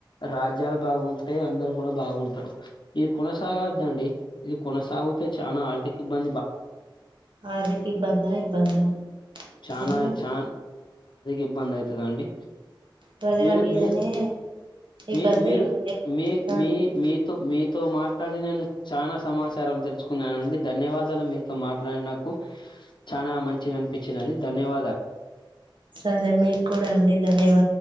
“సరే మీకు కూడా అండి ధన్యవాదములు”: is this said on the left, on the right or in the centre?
Right